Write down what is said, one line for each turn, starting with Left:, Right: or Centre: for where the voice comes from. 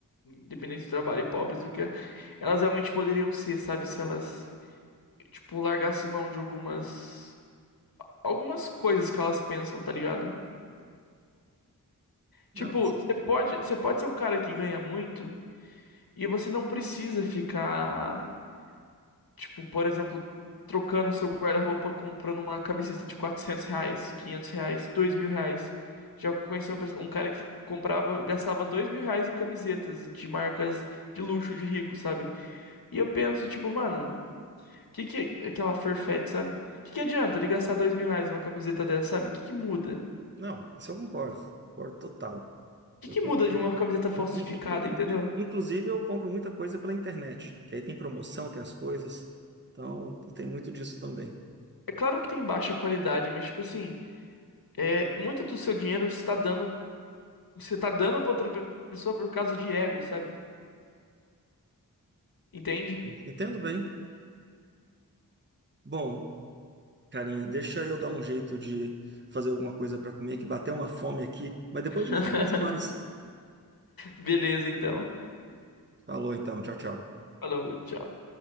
Left: dependentes do trabalho e pobres do que elas realmente poderiam ser, sabe? Se elas, tipo, largassem mão de algumas, algumas coisas que elas pensam, tá ligado?
Right: Não,
Left: Tipo, você pode, você pode ser um cara que ganha muito e você não precisa ficar Tipo, por exemplo, trocando seu guarda-roupa, comprando uma camiseta de 400 reais, 500 reais, dois mil reais. Já conheci uma pessoa- um cara que comprava, gastava dois mil reais em camisetas de marcas de luxo, de rico, sabe? E eu penso, tipo, mano, que que aquela Farfetch, sabe? Que que adianta ele gastar dois mil reais numa camiseta dessa, sabe? Que que muda?
Right: não, isso eu concordo, concordo total.
Left: Que
Right: Eu
Left: que
Right: também.
Left: muda de uma camiseta falsificada,
Right: In- in- in-
Left: entendeu?
Right: in- Inclusive, eu compro muita coisa pela internet, que aí tem promoção, tem as coisas, então tem muito disso também.
Left: É claro que tem baixa qualidade, mas, tipo assim, é, muito do seu dinheiro está dando Você tá dando pra outra pessoa por causa de ego, sabe? Entende?
Right: Entendo bem. Bom, Carinha, deixa eu dar um jeito de fazer alguma coisa para comer, que bateu uma fome aqui, mas depois a
Left: <laughs>
Right: gente conversa mais.
Left: Beleza, então.
Right: Falou então, tchau, tchau.
Left: Falou, tchau.